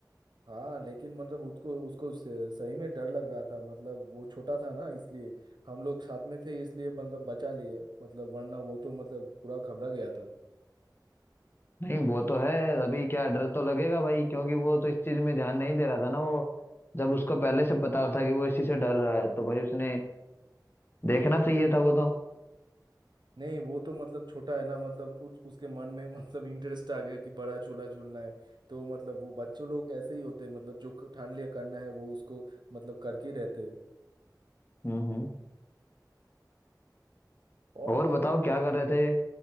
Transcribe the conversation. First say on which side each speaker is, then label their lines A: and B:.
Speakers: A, on the right; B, on the left.
A: हाँ लेकिन मतलब उसको उसको स- सही में डर लग रहा था मतलब वो छोटा था ना इसलिए हम लोग साथ में थे इसलिए मतलब बचा लिए मतलब वरना वो तो मतलब पूरा घबरा गया था
B: नहीं वो तो है अभी क्या डर तो लगेगा भाई क्योंकि वो तो इस चीज में ध्यान नहीं दे रहा था ना वो जब उसको पहले से पता था कि वो इस चीज से डर रहा है तो भाई उसने देखना चाहिए था वो तो
A: नहीं वो तो मतलब छोटा है ना मतलब उस, उसके मन में मतलब इंटरेस्ट आ गया कि बड़ा झूला झूलना है तो मतलब वो बच्चों लोग ऐसे ही होते हैं मतलब जो क- ठान लिया करना है वो उसको मतलब करके ही रहते हैं
B: हम्म हम्म
A: और
B: और बताओ
A: ठीक है
B: क्या कर रहे थे